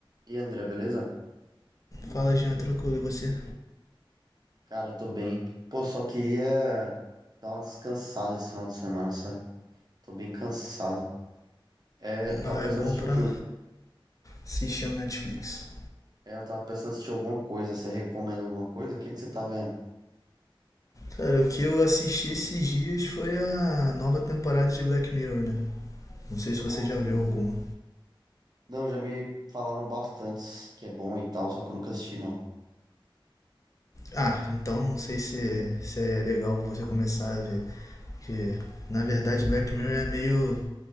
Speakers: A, on the right; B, on the left.
A: E aí, André, beleza?
B: Fala, Jean, tranquilo, e você?
A: Cara, eu tô bem. Pô, só queria dar uma descansada esse final de semana, sabe? Tô bem cansado. É, eu tava
B: Ah,
A: pensando
B: é bom
A: em assistir
B: pra
A: um filme.
B: assistir no Netflix.
A: É, eu tava pensando em assistir alguma coisa. Você recomenda alguma coisa? O que que você tá vendo?
B: Cara, o que eu assisti esses dias foi a nova temporada de Black Mirror, né? Não sei se você
A: Ah,
B: já
A: sim.
B: viu alguma.
A: Não, já me falaram bastante que é bom e tal, só que eu nunca assisti, não.
B: Ah, então não sei se, se é legal você começar a ver. Porque, na verdade, Black Mirror é meio